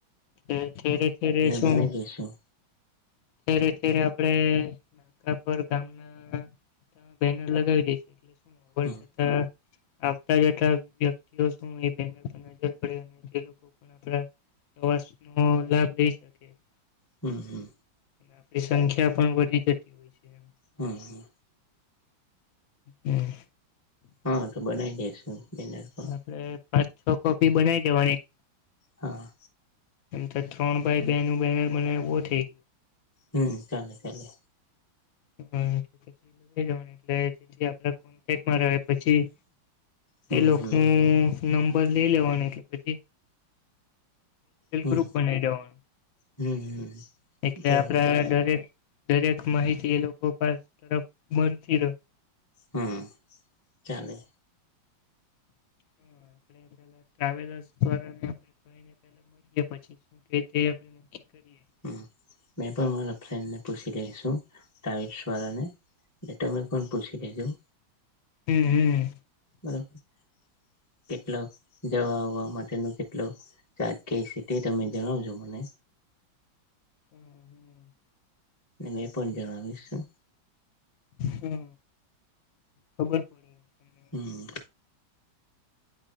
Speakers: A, on the left; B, on the left.
A: એટલે થેરે થેરે છુ.
B: બનાવી દઈશું
A: અત્યારે ઘેરે આપડે આપર ગામના ત બેનર લગાવી દેય
B: હમ
A: <inaudible> આવતા જેટલા વ્યક્તિઓ શું એ બેનર પર નજર પડે અને તે લોકો પણ આપણા પ્રવાસ નો લાભ લઈ શકે. <inaudible>
B: હમ્મ હમ્મ.
A: આપડી સંખ્યા પણ વધી જતી હોય છે એ.
B: હમ હા.
A: હમ્મ.
B: હા તો બનાવી દેસુ બેનર. પણ
A: આપડે પાંચ છ કોપી બનાવી દેવાની.
B: હા,
A: એમ તો ત્રણ બાય બે નું બેનર મને એવો થઈ.
B: હમ્મ ચાલે ચાલે.
A: હ એટલે પછ જ એટલે જેથી આપ એકમાં રહે પછી
B: હમ
A: એ લોકોનું
B: હમ
A: નંબર લઈ લેવાનું એટલે પછી
B: હમ
A: ગ્રુપ બનાવી દેવાનું.
B: હમ હમ
A: એટલે
B: બરાબર
A: આપડ
B: છે
A: દરે દરેક માહિતી એ લોકો પા તરફ મળતી ર
B: હમ્મ ચાલે.
A: હ આપે પેલા ટ્રાવેલર્સ દ્વારા પલે <inaudible> મળીએ પછી શું કે તે આપડે નક્કી કરીએ. <inaudible>
B: હ મેં પણ મારા ફ્રેન્ડને પૂછી રઈશું ટ્રાવસ વાળા ને ને ટામે પણ પુછી લેજું
A: હમ્મ હમ્મ.
B: બરાબર કેટલો જવા આવવા માટેનું કેટલું.? ચા કઈ સીટી તમે જણાવજો મને.?
A: હમ હમ.
B: મે પણ જાણા વિશું.
A: હમ ખબર પડે. તમને
B: હમ.